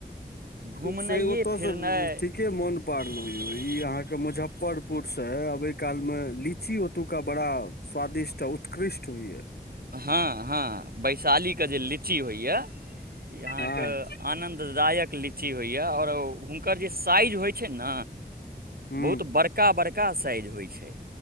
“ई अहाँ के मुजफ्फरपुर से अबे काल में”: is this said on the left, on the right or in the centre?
Left